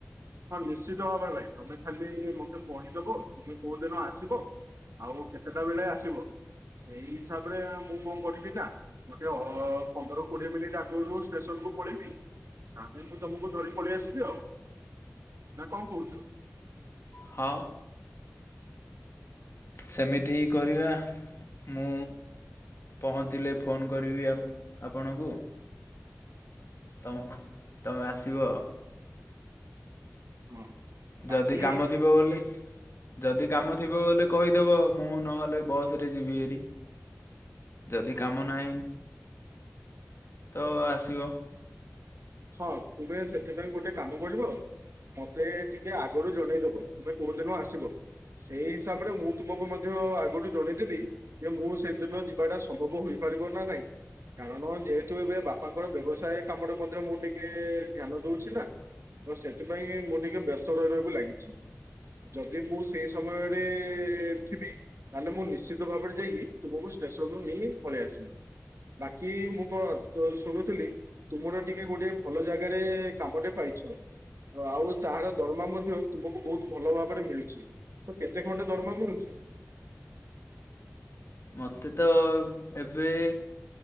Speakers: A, on the right (about 65°); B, on the left (about 55°).
A: ହଁ ନିଶ୍ଚିତ ଭାବରେ ଭାଇ ତମେ ଖାଲି ମତେ କହିଦବ ତୁମେ କୋଉ ଦିନ ଆସିବ। ଆଉ କେତେଟା ବେଳେ ଆସିବ। ସେଇ ହିସାବରେ ମୁଁ କଣ କରିବି ନା ଗୋଟେ ଅ ପନ୍ଦର କୋଡିଏ ମିନିଟ୍ ଆଗୁରୁ ଷ୍ଟେସନ କୁ ପଳେଇବି ତାହେଲେ ତମୁକୁ ଧରି ପଳେଇ ଆସିବି ଆଉ। ନା କଣ କହୁଛ?
B: ହଁ। ସେମିତି ହିଁ କରିବା ମୁଁ ପହଞ୍ଚିଲେ ଫୋନ୍ କରିବି ଆପ ଆପଣଙ୍କୁ। ତମୁକୁ ତମେ ଆସିବ।
A: ହଁ। ବାକି
B: ଯଦି କାମ ଥିବ ବୋଲି ଯଦି କାମ ଥିବ ବୋଲି କହିଦେବ, ମୁଁ ନହେଲେ ବସରେ ଯିବି ହେରି। ଯଦି କାମ ନାହିଁ, ତ ଆସିବ।
A: ହଁ ତୁମେ ସେଥିପାଇଁ ଗୋଟେ କାମ କରିବ ମତେ ଟିକେ ଆଗୁରୁ ଜଣେଇଦବ ତୁମେ କୋଉ ଦିନ ଆସିବ। ସେଇ ହିସାବରେ ମୁଁ ତୁମକୁ ମଧ୍ୟ ଆଗୁରୁ ଜଣେଇଦେବି, ଯେ ମୁଁ ସେଦିନ ଯିବାଟା ସମ୍ଭବ ହୁଏନି। ପାରିବ ନା ନାଇଁ କାରଣ ଯେହେତୁ ଏବେ ବାପାଙ୍କର ବ୍ୟବସାୟେ କାମରେ ମଧ୍ୟ ଟିକେ ଧ୍ୟାନ ଦଉଛି ନା, ତ ସେଥିପାଇଁ ମୁଁ ଟିକେ ବ୍ୟସ୍ତ ରହି ରହିବାକୁ ଲାଗିଛି। ଯଦି ମୁଁ ସେଇ ସମୟରେ ଥିବି, ତାହେଲେ ମୁଁ ନିଶ୍ଚିତ ଭାବରେ ଯାଇକି ତୁମକୁ ଷ ଷ୍ଟେସନ ରୁ ନେଇ ପଳେଇ ଆସିବି। ବାକି ମୁଁ କଣ ତ ଶୁଣୁଥିଲି ତୁମର ଟିକେ ଗୋଟିଏ ଭଲ ଜାଗାରେ କାମଟେ ପାଇଛ। ଆଉ ତାହାର ଦରମା ମଧ୍ୟ ତୁମକୁ ବହୁତ ଭଲ ଭାବରେ ମିଳୁଛି ତ କେତେ ଖଣ୍ଡେ ଦରମା ମିଳୁଛି?
B: ମତେ ତ ଏବେ